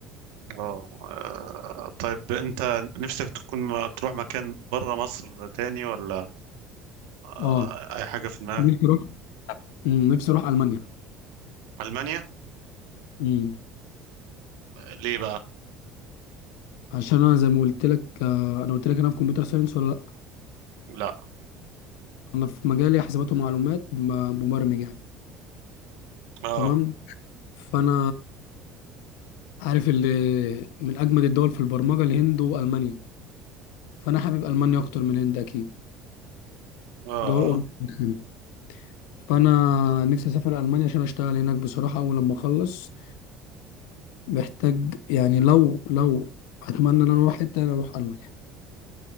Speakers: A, on the right; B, on the left.
A: آه آه، طيب أنت نفسك تكون ما- تروح مكان برا مصر تاني ولا آه
B: اه
A: أي حاجة في دماغك
B: نفسي أروح أمم، نفسي أروح ألمانيا
A: ألمانيا
B: امم
A: ليه بقى؟
B: عشان انا زي ما قلت لك آه، انا قلت لك انا في كمبيوتر ساينس ولا لا
A: لا
B: انا في مجالي حسابات ومعلومات م- مبرمج يعني
A: اه
B: تمام فانا عارف اللي من اجمد الدول في البرمجه الهند والمانيا فانا حابب المانيا اكتر من الهند اكيد
A: اه
B: دول اوروبا
A: آه.
B: كده. فانا نفسي اسافر المانيا عشان اشتغل هناك بصراحه اول لما اخلص محتاج يعني لو لو اتمنى ان انا اروح حته انا اروح المانيا